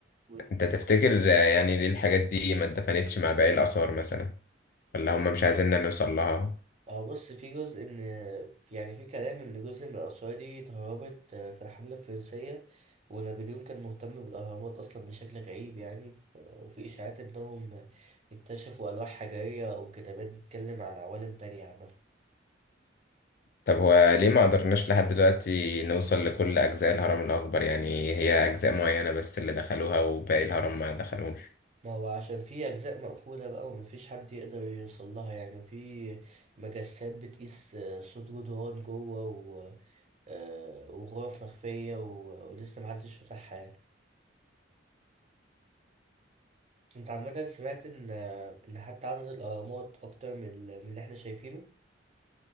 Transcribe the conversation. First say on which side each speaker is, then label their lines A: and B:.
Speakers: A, on the right (about 35°); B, on the left (about 50°).
A: قول.
B: أنت تفتكر يعني ليه الحاجات دي ما اتدفنتش مع باقي الآثار مثلا ولا هم مش عايزيننا نوصل لها
A: اه بص في جزء ان يعني في كلام ان جزء من الاسرار دي اتهربت آه، في الحمله الفرنسيه ونابليون كان مهتم بالاهرامات اصلا بشكل غريب يعني ف- وفي اشاعات انهم اكتشفوا الواح حجريه او كتابات بتتكلم عن عوالم تانية عامه
B: طب هو ليه ما قدرناش لحد دلوقتي نوصل لكل أجزاء الهرم الأكبر يعني هي أجزاء معينة بس اللي دخلوها وباقي الهرم ما دخلوش
A: ما هو عشان في اجزاء مقفوله بقى ومفيش حد يقدر يوصل لها يعني وفي مجسات بتقيس آه، صوت جدران جوه و- آه، وغرف مخفيه و- ولسه محدش فتحها يعني انت عامة سمعت ان ان حتى عدد الاهرامات اكتر من ال- من اللي احنا شايفينه